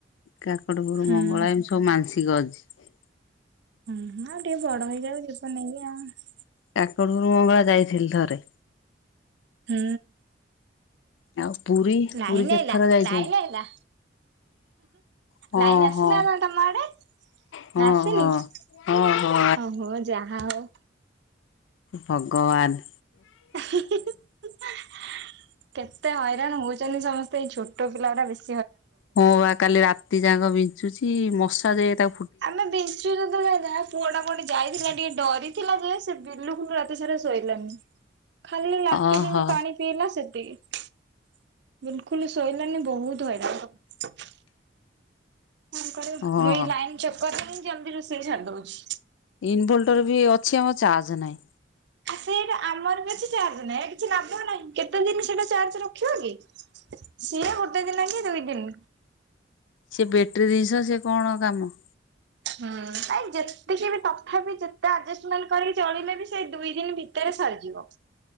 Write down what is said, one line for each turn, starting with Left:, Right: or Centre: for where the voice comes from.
Left: କାକଟପୁରୁ
Right: ହୁଁ।
Left: ମଙ୍ଗଳା ଏମିତି ସବୁ ମାନ୍ ସିକ ଅଛି।
Right: ଉ ହୁଁ ଆଉ ଟିକେ ବଡ଼ ହେଇଯାଉ ଯିବ ନେଇକି ଆଉ।
Left: କାକଟପୁରୁ ମଙ୍ଗଳା ଯାଇଥିଲି ଥରେ।
Right: ହୁଁ।
Left: ଆଉ? ପୁରୀ
Right: ନାଇନ୍
Left: ପୁରୀ କେତେଥର
Right: ଆଇଲା
Left: ଯାଇଛନ୍ତି?
Right: ଲାଇନ୍ ଅଇଲା।
Left: ହଁ
Right: ଲାଇନ୍ ଆସିଲା
Left: ହଁ
Right: ନା ତମ ଆଡ଼େ?
Left: ହଁ
Right: ନାସିନି
Left: ହଁ
Right: ଅ
Left: ହଁ ହଁ
Right: ହୋ ଯାହା ହଉ।
Left: ଭଗବାନ୍।
Right: କେତ୍ ତେ ହଇରାଣ ହୋଉଛନ୍ତି ସମସ୍ତେ ଏଇ ଛୋଟ ପିଲା ଉରା ବେଶି।
Left: ହଁ ବା କାଲି ରାତି ଯାକ ବିଞ୍ଚୁଚି ମଶା ଯେ ତା
Right: ଆମେ ବିଞ୍ଚୁଚୁ ଦୁଇଆ ଗାଁ ପୁଅ ଟା କ ଯାଇଥିଲା ଟିକେ ଡରିଥିଲା ଯେ ସେ ବିଲୁଖୁଲୁ ରାତି ସାରା ଶୋଇଲାନି। ଖାଲି ଲାଟୋଜିନି
Left: ଓହୋ
Right: ପାଣି ପିଇଲା ସେତିକି। ବିଲ୍ କୁଲୁ ଶୋଇଲାନି ବୋହୁତ୍ ହଇରାଣ କ କନ୍ କରିବ
Left: ହଁ
Right: ମୁଁ ଏଇ ଲାଇନ୍ ଚକର୍ ରେ ହିଁ ଜଲ୍ ଦି ରୋଷେଇ ସାରି ଦୋଉଛି।
Left: ଇନଭୋଲ୍ଟର ବି ଅଛି ଆମ ଚାର୍ଜ ନାହିଁ।
Right: ଆ ସେଇଟା ଆମର ବି ଅଛି ଚାର୍ଜ୍ ନାହିଁ କିଛି ଲାଭ ନାହିଁ କେତେ ଦିନି ସେଟା ଚାର୍ଜ୍ ରଖିବ କି। ସିଏ ଗୋଟେ ଦିନ କି ଦୁଇ ଦିନ୍।
Left: ସିଏ ବେଟ୍ରୀ ଦିସ ସିଏ କଣ କାମ।
Right: ହୁଁ ଆ ଯେତିକି ବି ତଥାପି ଯେତେ ଆଜେଷ୍ଟ୍ ମେଣ୍ଟ କରିକି ଚଳିଲେ ବି ସେଇ ଦୁଇ ଦିନ୍ ଭିତରେ ସରିଯିବ